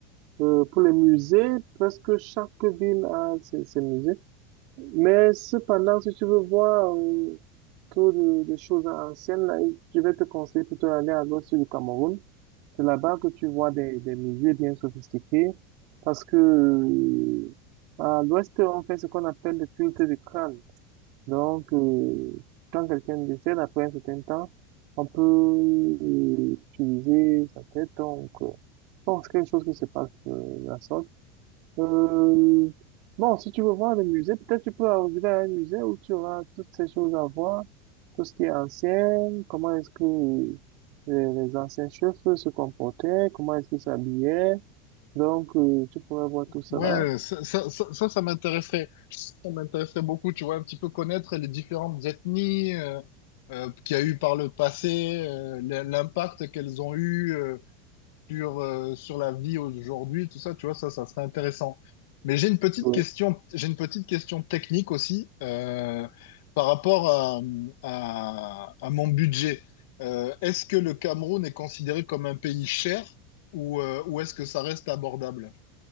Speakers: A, on the right (about 60°); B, on the left (about 70°).
A: Euh, pour les musées, presque chaque ville a ses, ses musées. Mais cependant, si tu veux voir euh, trop de, de choses anciennes, là, je vais te conseiller plutôt d'aller à l'ouest du Cameroun. C'est là-bas que tu vois des, des musées bien sophistiqués. Parce que euh, à l'ouest, on fait ce qu'on appelle le culte du crâne. Donc, euh, quand quelqu'un décède après un certain temps, on peut euh, utiliser sa tête. Donc, euh, bon, c'est quelque chose qui se passe euh, de la sorte. Euh, bon, si tu veux voir le musée, peut-être tu peux arriver à un musée où tu auras toutes ces choses à voir, tout ce qui est ancien, comment est-ce que les, les anciens chefs se comportaient, comment est-ce qu'ils s'habillaient. Donc, euh, tu pourrais voir tout cela.
B: Ouais, ça, ça, ça, ça, ça m'intéresserait. Ça m'intéresserait beaucoup, tu vois, un petit peu connaître les différentes ethnies euh, euh, qu'il y a eu par le passé, euh, l- l'impact qu'elles ont eu euh, sur, euh, sur la vie aujourd'hui, tout ça, tu vois, ça, ça serait intéressant. Mais j'ai une petite
A: Ouais.
B: question, j'ai une petite question technique aussi euh, par rapport à, à, à mon budget. Euh, est-ce que le Cameroun est considéré comme un pays cher ou, euh, ou est-ce que ça reste abordable?